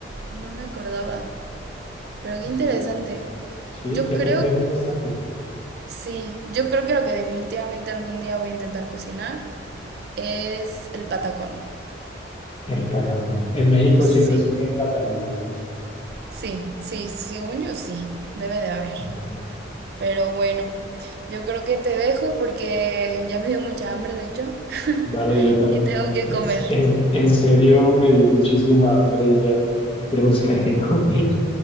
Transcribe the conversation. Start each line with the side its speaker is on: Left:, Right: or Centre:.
Right: no me acordaba. Pero qué
Left: Así
Right: interesante.
Left: sí,
Right: Yo
Left: aquí
Right: creo,
Left: aprendemos bastante.
Right: sí, yo creo que lo que definitivamente algún día voy a intentar cocinar es el patacón.
Left: El patacón. En México
Right: Sí.
Left: sí consiguen plátanos, ¿verdad?
Right: Sí, sí, según yo sí, debe de haber.
Left: Okay.
Right: Pero bueno, yo creo que te dejo porque ya me dio mucha hambre, de hecho, <laughs>
Left: Vale, yo también.
Right: y tengo que
Left: Es,
Right: comer.
Left: es- en serio, me dio muchísima hambre y ya, ya tengo que ir a buscar qué comer.